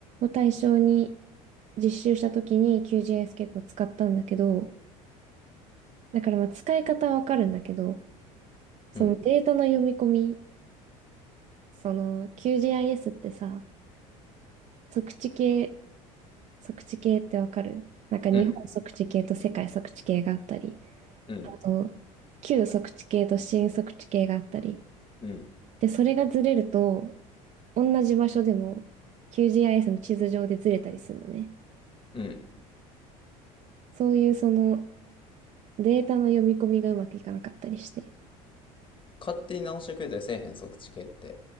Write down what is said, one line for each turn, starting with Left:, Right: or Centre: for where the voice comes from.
Right: 対象に実習した時に QGIS 結構使ったんだけど、だからまあ使い方はわかるんだけど、そのデータの読み込み、
Left: うん
Right: その QGIS ってさ、測地系、測地系ってわかるなんか日本測地系と世界測地系があったり、
Left: うんうん
Right: あと旧測地系と新測地系があったり。
Left: うん
Right: で、それがずれると、同じ場所でも QGIS の地図上でずれたりするのね。
Left: うん
Right: そういうそのデータの読み込みがうまくいかなかったりして。い
Left: 勝手に直してくれたりせえへん測地系って